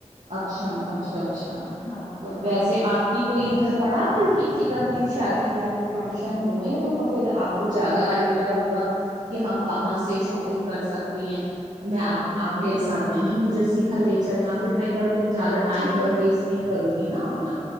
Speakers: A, on the right (about 85°); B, on the left (about 55°).
A: اچھا اچھاچھ اچھا
B: ہاں
A: تو
B: ہاں
A: ویسے آپ کی کوئی ادھر پڑا کوئی کسی کا کو شادی بیاہ کوئی فنکشن ہوئے تو پھر آپ آپ کو زیادہ آئیڈیا ہوگا کہ ہم کہاں سے شاپنگ کر سکتے ہیں میں آپ آپ میرے ساتھ وہیں مجھے سیدھا لے چلنا پھر میں ادھر ادھر زیادہ ٹائم
B: ٹھیک ہے
A: ویسٹ نہیں کروں گی نا نہ